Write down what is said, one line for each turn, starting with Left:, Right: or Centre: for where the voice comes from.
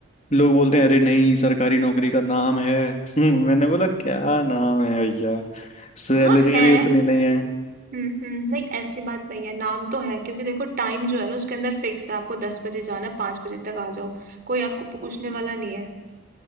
Left: लोग बोलते हैं अरे नहीं सरकारी नौकरी का नाम है <laughs> मैंने बोला क्या नाम है भैया सैलरी
Right: हाँ है
Left: भी उतनी नहीं है
Right: हम्म हम्म नहीं ऐसी बात नहीं है नाम तो है क्योंकि देखो टाइम जो है ना उसके अंदर फिक्स है आपको दस बजे जाना पांच बजे तक आ जाओ कोई आपको पूछने वाला नहीं है